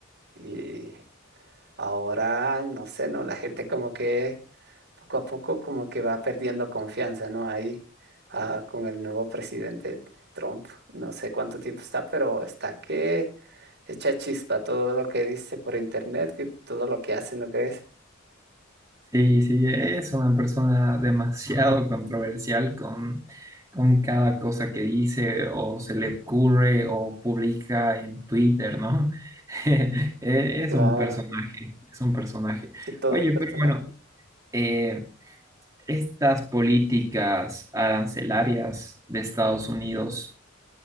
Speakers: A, on the right; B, on the right.
A: Y ahora, no sé, ¿no? La gente como que poco a poco como que va perdiendo confianza, ¿no? Ahí ah, con el nuevo presidente Trump, no sé cuánto tiempo está, pero está que echa chispa todo lo que dice por internet y todo lo que hace, ¿no crees?
B: Sí, sí, es una persona demasiado controversial con, con cada cosa que dice o se le ocurre o publica en Twitter, ¿no? <laughs> Eh, Es
A: Claro,
B: un personaje, es un personaje.
A: sí, todo
B: Oye,
A: personal.
B: pero bueno, eh, ¿Estas políticas arancelarias de Estados Unidos